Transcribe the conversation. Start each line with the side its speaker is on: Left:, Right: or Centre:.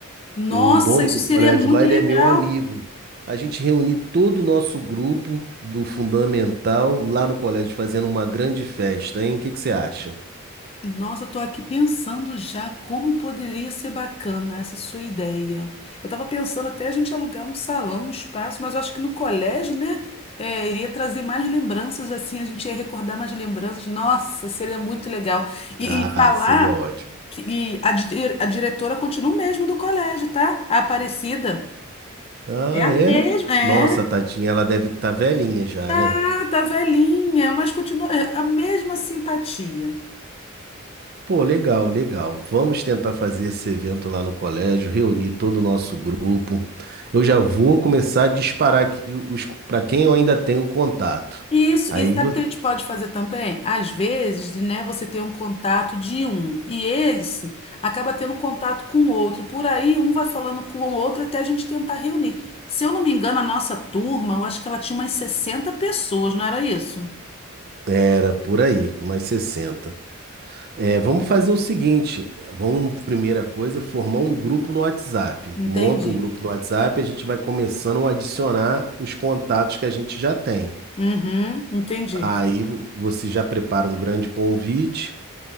Left: Nossa,
Right: O dono
Left: isso
Right: do
Left: seria
Right: colégio
Left: muito
Right: lá,
Left: legal.
Right: ele é meu amigo. A gente reuniu todo o nosso grupo do Fundamental lá no colégio, fazendo uma grande festa, hein? O que que você acha?
Left: Nossa, eu tô aqui pensando já como poderia ser bacana essa sua ideia. Eu tava pensando até a gente alugar um salão, um espaço, mas eu acho que no colégio, né, é, iria trazer mais lembranças, assim, a gente ia recordar mais lembranças. Nossa, seria muito legal. E,
Right: Ah,
Left: e falar
Right: seria ótimo.
Left: que e a, di- a diretora continua o mesmo do colégio, tá? A Aparecida.
Right: Ah,
Left: É a
Right: é?
Left: mesma, é.
Right: Nossa, tadinha, ela deve estar velhinha já,
Left: Tá,
Right: né?
Left: tá velhinha, mas continua é, a mesma simpatia.
Right: Pô, legal, legal. Vamos tentar fazer esse evento lá no colégio, reunir todo o nosso grupo. Eu já vou começar a disparar aqui os para quem eu ainda tenho contato.
Left: Isso,
Right: Aí
Left: e sabe
Right: vo-
Left: o que a gente pode fazer também? Às vezes, né, você tem um contato de um e esse acaba tendo contato com o outro, e por aí um vai falando com o outro até a gente tentar reunir. Se eu não me engano, a nossa turma, eu acho que ela tinha umas sessenta pessoas, não era isso?
Right: era por aí, umas 60. É, vamos fazer o seguinte, vamos, primeira coisa, formar um grupo no WhatsApp.
Left: Entendi.
Right: Monta um grupo no WhatsApp, a gente vai começando a adicionar os contatos que a gente já tem.
Left: Uhum, entendi.
Right: Aí vo- você já prepara um grande convite